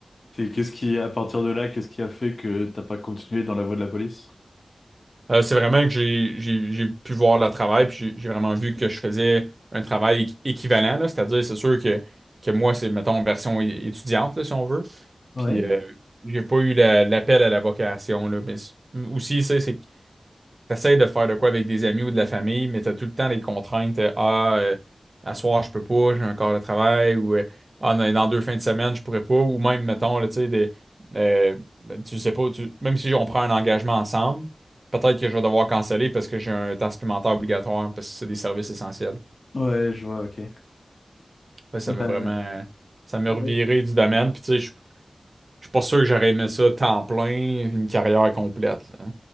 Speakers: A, on the left (about 60°); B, on the right (about 40°).
A: Puis qu'est-ce qui, à partir de là, qu'est-ce qui a fait que t'as pas continué dans la voie de la police?
B: Euh, c'est vraiment que j'ai j'ai- j'ai pu voir leur travail, puis j'ai j'ai vraiment vu que je faisais un travail équ- équivalent, là. C'est-à-dire, c'est sûr que, que moi, c'est, mettons, version é- étudiante, là, si on veut.
A: Ouais.
B: Puis euh, j'ai pas eu la- l'appel à la vocation, là. Mais c- aussi, ça, c'est T'essayes de faire de quoi avec des amis ou de la famille, mais t'as tout le temps les contraintes. euh, ah, euh, à soir, je peux pas, j'ai un corps de travail, ou euh, ah, dans dans deux fins de semaine, je pourrais pas, ou même, mettons, là, tu sais, des, euh, ben, tu sais pas, tu- même si on prend un engagement ensemble, peut-être que je vais devoir canceller parce que j'ai un temps supplémentaire obligatoire, parce que c'est des services essentiels.
A: Ouais, je vois, ok.
B: Fait que ça
A: Bah,
B: m'a vraiment, ça m'a
A: ouais.
B: reviré du domaine, puis tu sais, je je suis pas sûr que j'aurais aimé ça temps plein, une carrière complète, là.